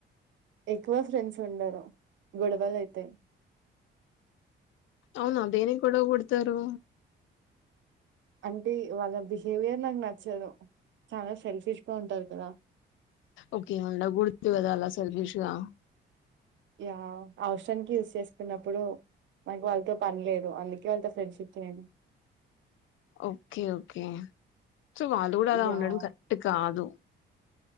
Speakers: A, on the right; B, on the left.
A: ఎక్కువ ఫ్రెండ్స్ ఉండారు గొడవలైతయ్
B: అవున అదేనికి గొడవపడుతారు
A: అంటే వాళ్ళ బిహేవియర్ నాకు నచ్చదు చాలా సెల్ఫీష్గా ఉంటారు కదా
B: ఓకే అ గుర్తు కద అలా సేర్ఫీష్గా
A: యా అవసరానికి యూజ్ చేసుకున్నప్పుడు నాకు వాళ్ళతో పని లేదు అందుకే వాళ్ళతో ఫ్రెండ్షిప్ చేయను
B: ఓకే ఓకే సో వాళ్ళు కూడా అలా
A: యాహ్!
B: ఉండడం కరెక్ట్ కాదు